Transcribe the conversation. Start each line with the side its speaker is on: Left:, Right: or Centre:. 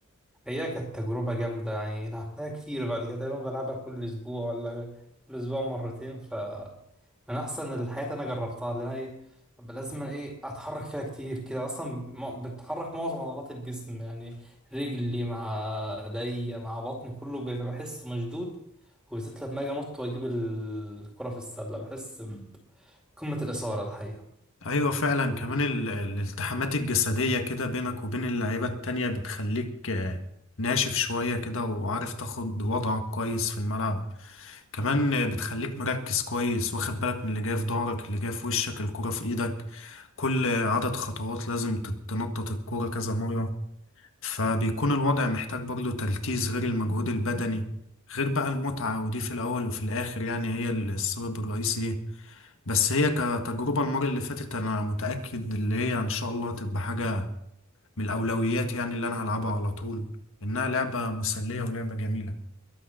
Centre: هي كانت تجربة جامدة يعني لعبتها كتير بعد كده دايما بلعبها كل اسبوع ولا كل اسبوع مرتين ف من احسن الحاجات اللي انا جربتها لان هي لازم ايه اتحرك فيها كتير كده اصلا م- بتحرك معظم عضلات الجسم يعني رجلي مع ايديا مع بطني كله بيبقى بحس مشدود وبالذات لما اجي انط واجيب الكرة في السلة بحس بقمة الإثارة الحقيقة
Left: ايوه فعلا كمان ال- الالتحامات الجسدية كده بينك وبين اللعيبة التانية بتخليك آه، ناشف شوية كده وعارف تاخد وضعك كويس في الملعب كمان آه، بتخليك مركز كويس واخد بالك من اللي جاي في ظهرك اللي جاي في وشك الكرة في ايدك كل آه، عدد خطوات لازم تت- تنطط الكرة كذا مرة فبيكون الوضع محتاج برضه تركيز غير المجهود البدني غير بقى المتعة ودي في الأول وفي الآخر يعني هي السبب الرئيسي ليه بس هي كتجربة المرة اللي فاتت أنا متأكد اللي هي إن شاء الله هتبقى حاجة من الأولويات يعني اللي أنا هلعبها على طول إنها لعبة مسلية ولعبة جميلة